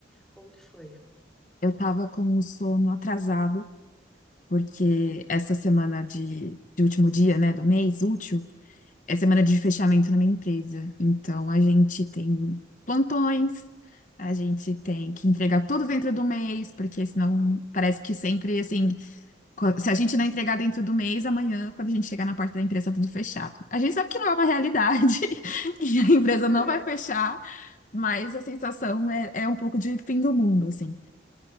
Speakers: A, in the centre; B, on the left (about 40°).
A: Como que foi?
B: eu tava com o sono atrasado, porque
A: Hum.
B: essa semana de, de último dia, né, do mês útil, é semana de fechamento na minha empresa. Então, a gente tem plantões, a gente tem que entregar tudo dentro do mês, porque senão parece que sempre, assim, co- se a gente não entregar dentro do mês, amanhã, quando a gente chegar na parte da empresa, tá tudo fechado. A gente sabe que não é uma realidade, <laughs> e a empresa
A: Uhum,
B: não vai fechar. Mas a sensação é, é um pouco de fim do mundo, assim.